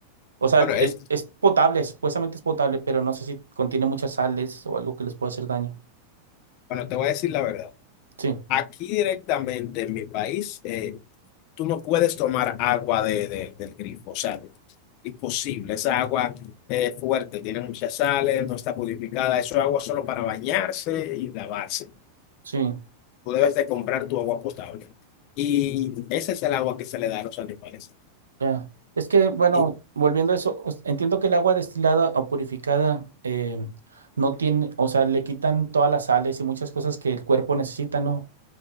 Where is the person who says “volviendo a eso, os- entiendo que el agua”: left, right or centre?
Right